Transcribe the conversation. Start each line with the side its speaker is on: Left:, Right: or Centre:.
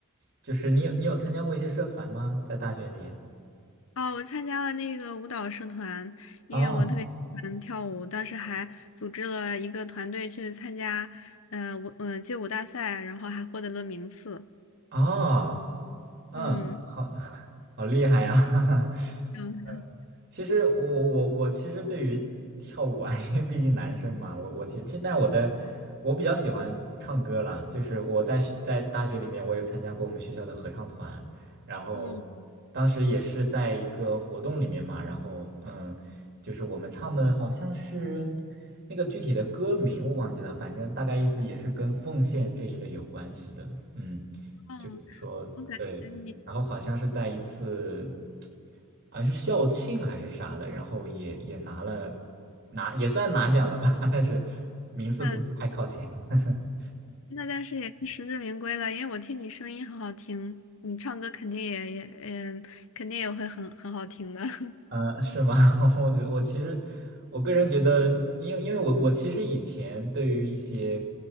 Right: 就是你有你有参加过一些社团吗？在大学里？
Left: 哦，我参加了那个舞蹈社团，因为我特别喜欢跳舞，
Right: 哦
Left: 当时还组织了一个团队去参加，呃，舞，嗯、街舞大赛，然后还获得了名次。
Right: 哦，嗯，
Left: 嗯
Right: 好，<laughs> 好厉害呀，
Left: 嗯
Right: <laughs>
Left: 嗯。
Right: 其实我我我我其实对于跳舞啊，<laughs> 因为毕竟男生嘛，我我其实但我的我比较喜欢唱歌啦，就是我在学在大学里面，我有参加过我们学校的合唱团，然后
Left: 嗯，
Right: 当时也是在一个活动里面嘛，然后嗯，就是我们唱的好像是那个具体的歌名我忘记了，反正大概意思也是跟奉献这一类有关系的，嗯，
Left: 哦，
Right: 就是说对。
Left: 我感觉你。
Right: 然后好像是在一次，好像是校庆还是啥的，然后也也拿了拿也算拿奖了吧，<laughs> 但是名次不是太靠前。
Left: 那
Right: <laughs>
Left: 那但是也是实至名归了，因为我听你声音很好听，你唱歌肯定也也嗯，肯定也会很很好听的。<laughs>
Right: 嗯，是吗？<laughs> 我觉得我其实，我个人觉得，因为因为我我其实以前对于一些，